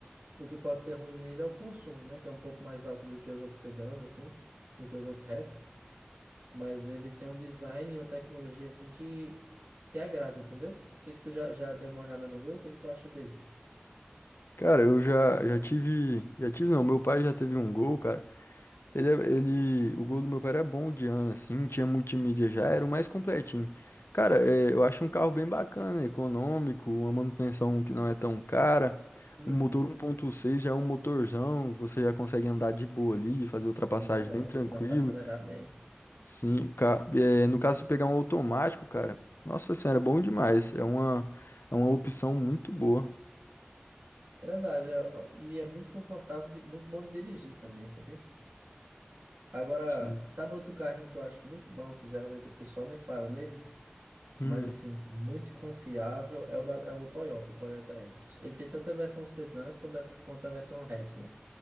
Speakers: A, on the right; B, on the left.
A: o que pode ser ruim nele é o consumo, né? Que é um pouco mais alto do que os outros sedãs, assim, do que os outros hatches. Mas ele tem um design e uma tecnologia, assim, que, que agrada, entendeu? O que que tu já, já deu uma olhada no Gol? O que que tu acha dele?
B: Cara, eu já já tive, já tive não, meu pai já teve um Gol, cara. Ele, é- ele, o gol do meu pai era bom de ano, assim, tinha multimídia já, era o mais completinho. Cara, é, eu acho um carro bem bacana, econômico, uma manutenção que não é tão cara.
A: Uhum.
B: O motor 1.6 já é um motorzão, você já consegue andar de boa ali, fazer ultrapassagem
A: Não, é,
B: bem tranquilo.
A: dá pra acelerar bem.
B: Sim, ca- é, no caso, se pegar um automático, cara, nossa senhora, é bom demais. É uma, é uma opção muito boa.
A: É verdade, é- e é muito confortável, de- muito bom de dirigir também, sabia? Agora,
B: Sim.
A: sabe outro carrinho que eu acho muito bom, que geralmente o pessoal nem fala nele?
B: Hum.
A: Mas assim, muito confiável é o, da- é o Toyota, o Toyota Etios. Ele tem tanto a versão sedã quanto a, quanto a versão hatch, né?